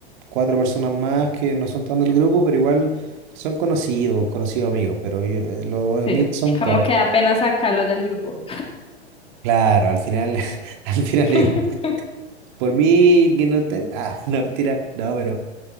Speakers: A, on the right; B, on the left.
A: cuatro personas más que no son tan del grupo, pero igual son conocidos, conocidos amigos, pero yo- eh, los
B: Sí,
A: amigos son
B: como
A: pocos.
B: que apenas sacarlos del grupo.
A: Claro, al final, <laughs> al final
B: <laughs>
A: es por mí que no estén, ah, no, mentira, no, pero,